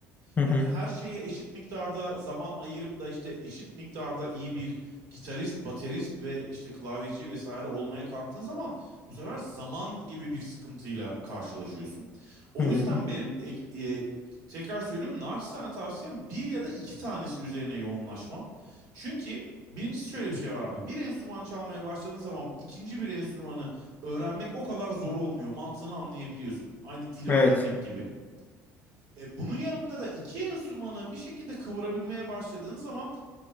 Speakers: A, on the left; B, on the right.
A: Hı hı.
B: Yani her şeye eşit miktarda zaman ayırıp da işte eşit miktarda iyi bir gitarist, baterist ve işte klavyeci vesaire olmaya kalktığın zaman bu sefer zaman gibi bir sıkıntıyla karşılaşıyorsun. O
A: Hı.
B: yüzden benim e, e, tekrar söylüyorum naçizane tavsiyem bir ya da iki tanesi üzerine yoğunlaşman. Çünkü birincisi şöyle bir şey var abi. Bir enstrüman çalmaya başladığın zaman ikinci bir enstrümanı öğrenmek o kadar zor olmuyor. Mantığını anlayabiliyorsun. Aynı dil
A: Evet.
B: öğrenmek gibi. E, bunun yanında da iki enstrümanı bir şekilde kıvırabilmeye başladığın zaman